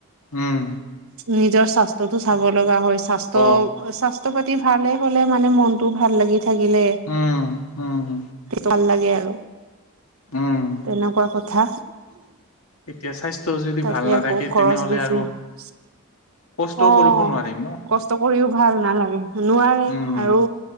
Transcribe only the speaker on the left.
উম
সেইটোৱে
অ
উম উম
উম
এতিয়া স্বাস্থ্য যদি
ভাল নাথাকে
তেনেহলে
আৰু
কষ্টও
কৰিব নোৱাৰিম ন
উম